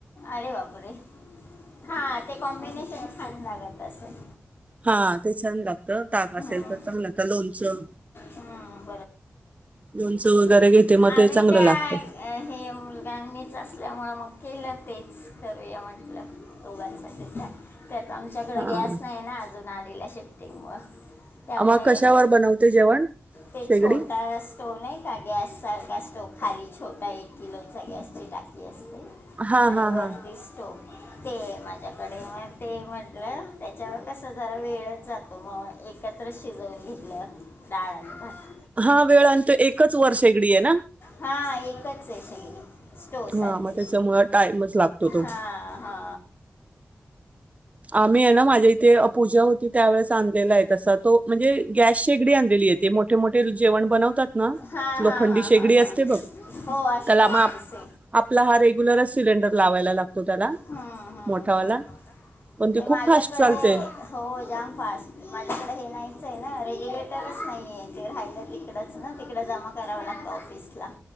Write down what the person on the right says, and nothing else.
हा, ते छान लागत ताक असेल
तर चांगलं लागत, लोणचं.
लोणचं वगैरे घेते मग
ते चांगलं
लागतं
हा
मग कशावर बनवते जेवण
शेगडी
हा.
हा.
हा.
हा वेळानंत एकच वर्ष एगडी हे ना
हा, मग त्याच्यामुळं टाइमच लागतो तो
आम्ही आहे ना, माझ्या इथे पूजा होती त्यावेेळेस आणलेला आहे, तसा तो म्हणजे गॅस शेगडी आणलेली. मोठे मोठे जेवण बनवतात ना
लोखंडी
शेगडी
असते बघ
त्याला मग
आप- आपला हा रेग्युलरच सिलेंडर लावायला लागतो त्याला
मोठावाला
पण ती
खूप
फास्ट चालते